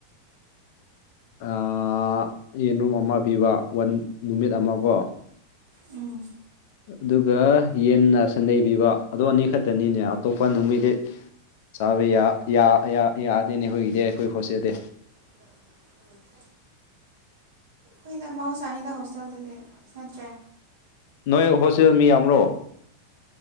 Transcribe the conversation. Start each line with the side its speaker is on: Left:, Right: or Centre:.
Left: ꯑꯥ ꯌꯦꯟꯔꯨꯝ ꯑꯃ ꯄꯤꯕ ꯋꯥꯟ ꯅꯨꯃꯤꯠ ꯑꯃꯀꯣ
Right: ꯎꯝ
Left: ꯑꯗꯨꯒ ꯌꯦꯟꯅ ꯁꯟꯗꯦ ꯄꯤꯕ ꯑꯗꯨ ꯑꯅꯤ ꯈꯛꯇꯅꯤꯅꯦ ꯑꯇꯣꯞꯄ ꯅꯨꯃꯤꯗꯤ ꯆꯥꯕ ꯌꯥ ꯌꯥ ꯌꯥ ꯌꯥꯗꯦꯅꯦ ꯑꯩꯈꯣꯏꯒꯤꯗꯤ ꯑꯩꯈꯣꯏ ꯍꯣꯁꯇꯦꯜ ꯗꯤ
Right: <inaudible> ꯍꯣꯏꯗ ꯃꯍꯧꯁꯥꯅꯤꯗ ꯍꯣꯁꯇꯦꯜꯗꯗꯤ ꯅꯠꯇ꯭ꯔꯦ
Left: ꯅꯣꯏ ꯍꯣꯁꯦꯜ ꯃꯤ ꯌꯥꯝꯕ꯭ꯔꯣ